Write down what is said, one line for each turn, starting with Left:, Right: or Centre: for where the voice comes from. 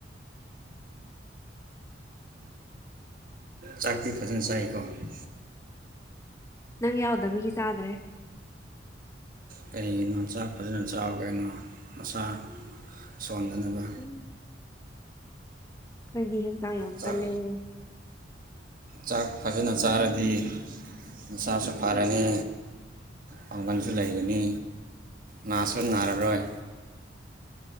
Right: ꯆꯥꯛꯇꯤ ꯐꯖꯅ ꯁꯥꯏꯀꯣ ꯑꯗꯨꯒ
Left: ꯅꯪ ꯌꯥꯎꯗꯕꯒꯤ ꯆꯥꯗ꯭ꯔꯦ
Right: ꯀꯩꯔꯤꯒꯤꯅꯣ ꯆꯥꯛ ꯐꯖꯅ ꯆꯥꯎꯕ꯭ꯔꯣ ꯅꯪ ꯅꯁꯥ ꯁꯣꯟꯗꯅꯕ
Left: ꯎ ꯀꯩꯒꯤ ꯍꯛꯆꯥꯡ ꯌꯥꯝ
Right: ꯆꯥꯛ
Left: ꯀꯜꯂꯦꯍꯦ
Right: ꯆꯥꯛ ꯐꯖꯅ ꯆꯥꯔꯗꯤꯅꯁꯥꯁꯨ ꯐꯔꯅꯤ ꯄꯥꯡꯒꯜꯁꯨ ꯂꯩꯒꯅꯤ ꯅꯥꯁꯨ ꯅꯥꯔꯔꯣꯏ